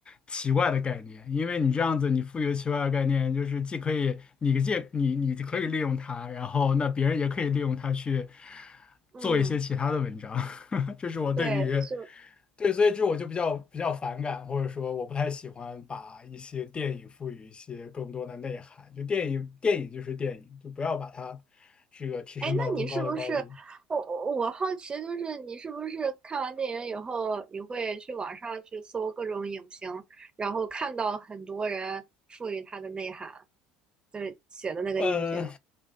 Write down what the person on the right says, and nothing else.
嗯。
对，就
哎，那你是不是我我我好奇，就是你是不是看完电影以后，你会去网上去搜各种影评，然后看到很多人赋予它的内涵，就是写的那个影评。